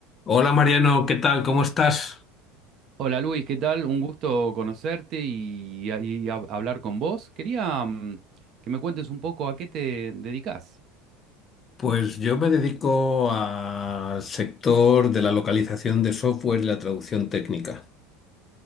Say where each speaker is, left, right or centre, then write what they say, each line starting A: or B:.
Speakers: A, on the left; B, on the right.
A: Hola Mariano, ¿qué tal? ¿Cómo estás?
B: Hola Luis, ¿qué tal? Un gusto conocerte y, y hab- hablar con vos. Quería mm, que me cuentes un poco a qué te dedicas.
A: Pues yo me dedico al sector de la localización de software y la traducción técnica.